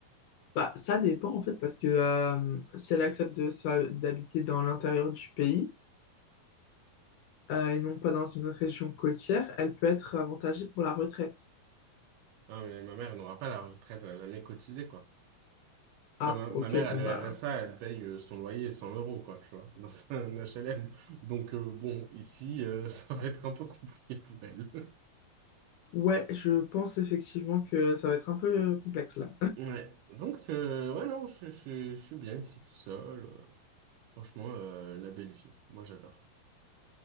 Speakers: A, on the left; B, on the right.
A: Bah, ça dépend, en fait, parce que euh, si elle accepte de se- d'habiter dans l'intérieur du pays, euh, et non pas dans une région côtière, elle peut être avantagée pour la retraite.
B: Ah, mais ma mère elle n'aura pas la retraite. Elle a jamais cotisé, quoi.
A: Ah,
B: Enfin,
A: ok,
B: ma, ma mère,
A: bon,
B: elle
A: bah.
B: a le RSA, elle paye euh, son loyer 100 euros, quoi, tu vois, dans un HLM. Donc, euh, bon, ici, euh, <laughs> ça va être un peu compliqué pour elle. <laughs>
A: Ouais, je pense effectivement que ça va être un peu euh, complexe là.
B: Ouais, donc, euh, ouais, non, je, je- je suis bien ici tout seul. Euh, Franchement, euh, la belle vie. Moi, j'adore.